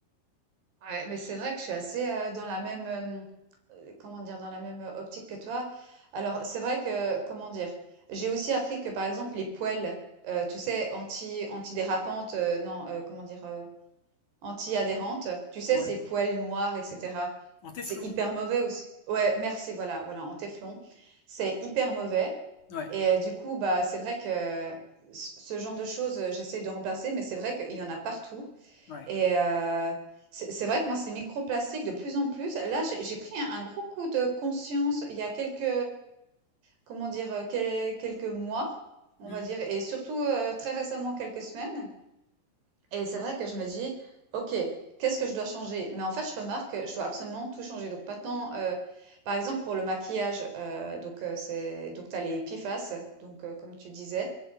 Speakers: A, on the right; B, on the left.
A: Ouais, mais c'est vrai que je suis assez euh, dans la même, euh, euh, comment dire, dans la même euh, optique que toi. Alors, c'est vrai que, comment dire, j'ai aussi appris que, par exemple, les poêles, euh, tu sais, anti, antidérapantes, euh, non, euh, comment dire, euh, anti-adhérentes, tu sais,
B: Ouais.
A: ces poêles noires, etc.
B: En téflon.
A: C'est hyper mauvais aussi. Ouais, merci, voilà, voilà, en téflon. C'est hyper mauvais.
B: Ouais,
A: Et euh, du coup, bah, c'est vrai que ce ce genre de choses, euh, j'essaye de remplacer, mais c'est vrai qu'il y en a partout.
B: ouais.
A: Et heu, c'est c'est vrai que moi, ces microplastiques de plus en plus là, j'ai j'ai pris un un gros coup de conscience il y a quelques, comment dire? Heu, quel quelques mois, on
B: Hmm,
A: va dire et surtout, heu, très récemment, quelques semaines et c'est vrai que je me dis: «OK, qu'est-ce que je dois changer?» mais en fait, je remarque que je dois absolument tout changer. Donc maintenant, heu, par exemple, pour le maquillage, heu, donc heu, c'est donc tu as les Epiphases, donc heu, comme tu disais